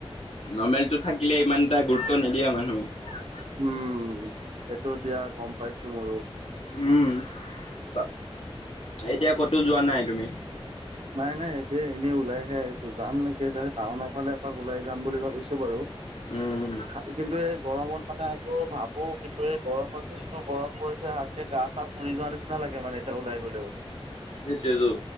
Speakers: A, on the left; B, on the right.
A: নৰ্মেলটো থাকিলে ইমান এটা গুৰুত্ব নিদিয়া মানুহে।
B: উম, সেইটো দিয়া গ'ম পাইছোঁ ময়ো।
A: উম, বা, এতিয়া ক'তো যোৱা নাই তুমি?
B: নাই নাই এতিয়া এনেই ওলাইহে আহিছোঁ, যাম নেকি এতি টাউনৰফালে এপাক ওলাই যাম বুলি ভাবিছোঁ বাৰু।
A: উম,
B: <inaudible> খাই কিন্তু এই গৰমত মানে আকৌ ভাবোঁ কিন্তু এই গৰমত যিটো গৰম পৰিছে হাকে গা চাহ পুৰি যোৱা নিচিনা লাগে মানে এতিয়া ওলাই গ'লেও।
A: সেইটোয়তো।